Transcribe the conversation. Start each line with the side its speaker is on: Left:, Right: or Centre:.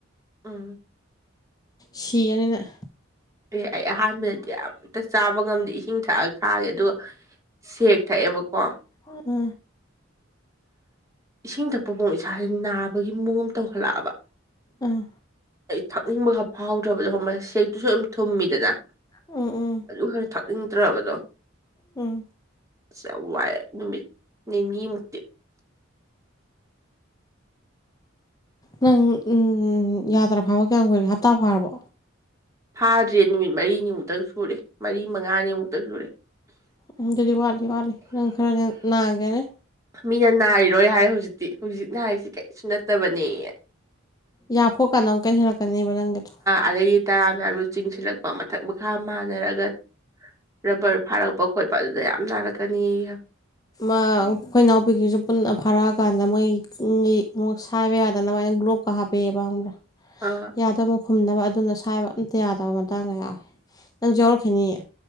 Right: ꯎꯝ
Left: ꯁꯤꯒꯅꯤ ꯅꯪ
Right: ꯑꯦ ꯑꯩ ꯑꯍꯥꯟꯕꯗꯗꯤ ꯑꯝꯇ ꯆꯥꯕ ꯉꯝꯗꯦ ꯏꯁꯤꯡ ꯊꯛꯑꯒ ꯈꯥꯡꯌꯦ ꯑꯗꯣ ꯁꯦꯛ ꯊꯛꯑꯦꯕꯀꯣ
Left: ꯍꯥ
Right: ꯏꯁꯤꯡ ꯊꯛꯄ ꯐꯥꯎ ꯏꯁꯥꯁꯦ ꯅꯥꯕꯒꯤ ꯃꯑꯣꯡ ꯑꯃ ꯇꯧꯈꯠꯂꯛꯑꯦꯕ
Left: ꯑꯥ
Right: ꯑꯩ ꯊꯛꯅꯤꯡꯕꯒ ꯐꯥꯎꯗ꯭ꯔꯕꯗꯣ ꯈꯪꯉꯕ ꯁꯦꯛꯇꯨꯁꯨ ꯑꯗꯨꯝ ꯊꯨꯝꯃꯤꯗꯅ
Left: ꯎꯝ ꯎꯝ
Right: ꯑꯗꯨ ꯍꯦꯟꯅ ꯊꯥꯛꯅꯤꯡꯗ꯭ꯔꯕꯗꯣ
Left: ꯎꯝ
Right: ꯑꯁ ꯌꯥꯝ ꯋꯥꯏ ꯅꯨꯃꯤꯠ ꯅꯤꯅꯤ ꯃꯨꯛ
Left: ꯅꯪ ꯎꯝ ꯌꯥ ꯇꯔꯥ ꯐꯥꯕ ꯀꯌꯥꯝ ꯀꯨꯏꯔꯒꯦ ꯍꯞꯇꯥ ꯐꯥꯔꯕꯣ
Right: ꯐꯥꯗ꯭ꯔꯦ ꯅꯨꯃꯤꯠ ꯃꯔꯤꯅꯤꯃꯨꯛꯇꯪ ꯁꯨꯔꯦ ꯃꯔꯤ ꯃꯉꯥꯅꯤꯃꯨꯛꯇ ꯁꯨꯔꯦ
Left: ꯎꯝ ꯑꯗꯨꯗꯤ ꯋꯥꯠꯂꯤ ꯋꯥꯠꯂꯤ ꯅꯪ ꯈꯔꯗꯤ ꯅꯥꯒꯦꯅꯦ
Right: ꯃꯤꯅ ꯅꯥꯏꯔꯣꯏ ꯍꯥꯏ ꯍꯧꯖꯤꯛꯇꯤ ꯍꯧꯖꯤꯛ ꯅꯥꯏꯔꯤꯁꯤ ꯀꯔꯤꯁꯨ ꯅꯠꯇꯕꯅꯦꯌꯦ
Left: ꯌꯥꯐꯣꯠ ꯀꯥꯟꯗ ꯑꯃꯨꯛ ꯀꯩ ꯍꯦꯜꯂꯛꯀꯅꯦꯕ ꯅꯪꯒꯤꯗꯣ
Right: ꯑꯗꯩ ꯇꯔꯥ ꯃꯌꯥꯝꯗꯣ ꯆꯤꯡꯁꯤꯜꯂꯛꯄ ꯃꯊꯛ ꯃꯈꯥ ꯃꯥꯡ ꯁꯤꯟꯅꯔꯒ ꯔꯕ꯭ꯔ ꯐꯥꯔꯛꯄ ꯈꯣꯠꯄ ꯑꯗꯨꯗ ꯌꯥꯝ ꯅꯥꯔꯛꯀꯅꯤꯌꯦ
Left: ꯑꯩꯈꯣꯏ ꯏꯅꯥꯎꯄꯤꯀꯤꯁꯨ ꯄꯨꯟꯅ ꯐꯥꯔꯛꯑꯀꯥꯟꯗ ꯃꯣꯏ ꯑꯃ ꯁꯥꯏꯕ ꯌꯥꯗꯅꯕ ꯃꯣꯢꯅ ꯒ꯭ꯂꯣꯛ ꯍꯥꯞꯄꯦꯕ ꯈꯪꯉꯕ
Right: ꯑꯥ
Left: ꯌꯥꯗꯣ ꯈꯨꯝꯅꯕ ꯑꯗꯨꯅ ꯁꯥꯏꯕ ꯑꯝꯇ ꯌꯥꯗꯕ ꯃꯇꯥꯡꯒ ꯌꯥꯎꯋꯦ ꯅꯪ ꯌꯥꯎꯔꯛꯈꯤꯅꯤꯌꯦ